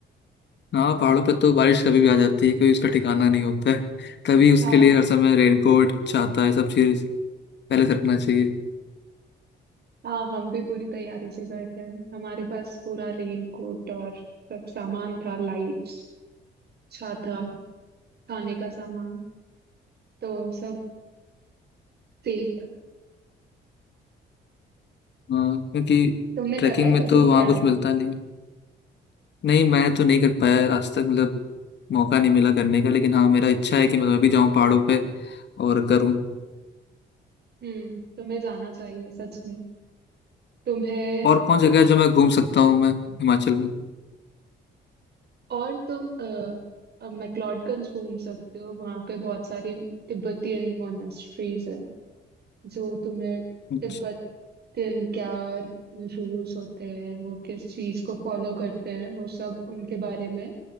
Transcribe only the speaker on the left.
हाँ पहाड़ों पर तो बारिश कभी भी आ जाती है कोई उसका ठिकाना नहीं होता है तभी उसके
लिए हर समय रेनकोट छाता है सब चीज़ पहले से रखना चाहिए
हाँ क्योंकि
ट्रैकिंग
में
तो वहाँ
कुछ मिलता नहीं नहीं मैं तो नहीं कर पाया है आज तक मतलब मौका नहीं मिला करने का लेकिन हाँ मेरा इच्छा है कि मैं भी जाऊँ पहाड़ों पे और करूँ
और कौन जगह है जो मैं घूम सकता हूँ मैं हिमाचल
में